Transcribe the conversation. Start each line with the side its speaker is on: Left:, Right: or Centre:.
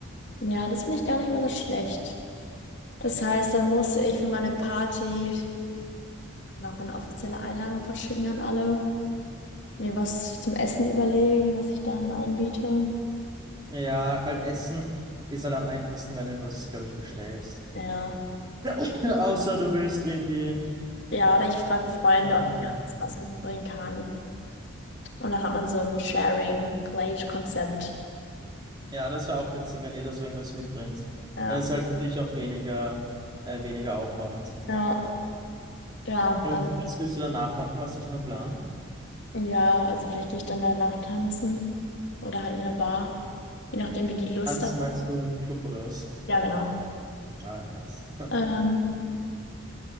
Left: Ja, das finde ich gar nicht mal so schlecht. Das heißt, dann muss ich für meine Party noch eine offizielle Einladung verschicken an alle, mir was zum Essen überlegen, was ich dann anbiete.
Right: Ja, halt Essen ist halt am einfachsten, wenn du irgendwas, glaube ich, bestellst.
Left: Ja.
Right: <laughs> Außer du willst irgendwie
Left: Ja, oder ich frage Freunde,
Right: kochen
Left: ob
Right: gemeinsam.
Left: ich da alles was mitbringen kann. Und dann hat man so ein Sharing-Plate-Konzept.
Right: Ja, das wäre auch witzig, wenn jeder so irgendwas mitbringt.
Left: Ja.
Right: Dann ist halt für dich auch weniger, äh, weniger Aufwand.
Left: Ja. Ja,
Right: Und
Left: also.
Right: was willst du danach machen? Hast du schon einen Plan?
Left: Ja, also vielleicht gehe ich dann danach tanzen oder halt in eine Bar, je nachdem, wie die Lust
Right: Tanzen
Left: hat.
Right: meinst du im Club oder was?
Left: Ja, genau.
Right: Ah ja, nice.
Left: Ähm,